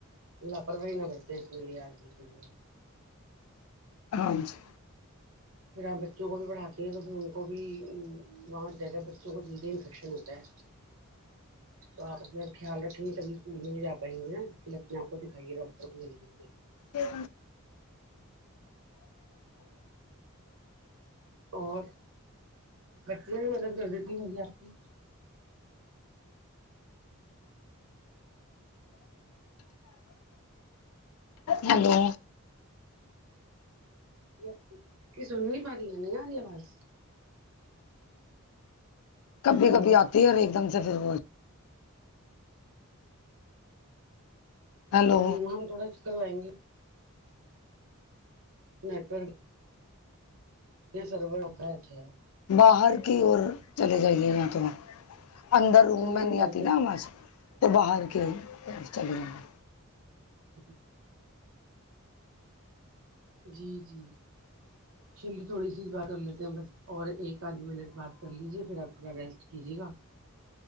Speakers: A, on the right; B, on the left.
A: الا پروی نہ کرتے ہیںے آج بالکل بھی
B: ہاں جی
A: پھر آپ بچوں کو بھی پڑھاتے ہیں تو پھر ان کو بھی وہاں زیادہ بچوں کو جلدی انفیکشن ہوتا ہے
B: <inaudible>
A: تو آ اپنا خیال رکھیں گی تب اسکول نہی جا پائیے گا نا اس لیے اپنے آپ کو دکھائیے ڈاکٹر کو جلی
B: پھر
A: اور بچیاں بھی مدد کر دیتی ہونگی آپ کی
B: ہیلو
A: جی اپپی سن نہیں پا رہی نہیں ارہی اواز
B: کبھی
A: ہیلو
B: کبھی آتی ہے اور ایک دم سے پھر وہ ہیلو
A: ہوں ہم تھوڑا سا کروائیں گے نیٹورک <unintelligible>
B: باہر کی اور چلے جائیے یہاں تو اندر روم
A: چلیے
B: میں نہیں
A: خیریت
B: آتی نا اواز تو باہر کی اور چلے جاے
A: <inaudible> جی جی
B: <inaudible>
A: چلیے تھوڑی سی بات کر لیتے ہیں بس اور ایک آدھ منٹ بات کر لیجیے پھر آپ تھوڑا ریسٹ کیجیے گا
B: <inaudible>